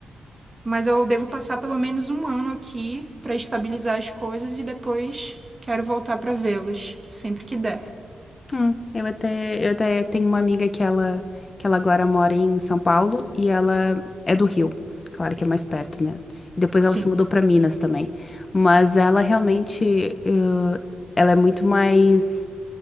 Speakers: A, on the right; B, on the left.
A: mas eu devo passar pelo menos um ano aqui pra estabilizar as coisas e depois quero voltar pra vê-los sempre que der.
B: Hum, eu até, eu até tenho uma amiga que ela, que ela agora mora em São Paulo e ela é do Rio. Claro que é mais perto, né? E depois
A: Sim,
B: ela se mudou pra Minas também. Mas ela realmente, eh, ela é muito mais